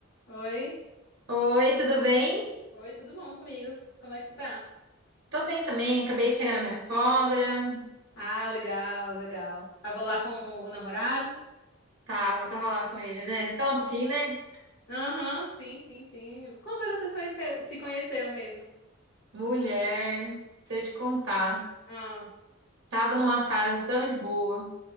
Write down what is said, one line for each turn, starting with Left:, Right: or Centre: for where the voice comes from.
Left: Oi?
Right: Oi, tudo bem?
Left: Oi, tudo bom comigo? Como é que tu tá?
Right: Tô bem também, acabei de chegar da minha sogra.
Left: Ah, legal, legal. Tava lá com o namorado?
Right: Tava, tava lá com ele, né? Fica lá um pouquinho, né?
Left: Aham, sim, sim, sim. Como foi que vocês conhece- se conheceram mesmo?
Right: Mulher, se eu te contar,
Left: Ah,
Right: tava numa fase tão de boa,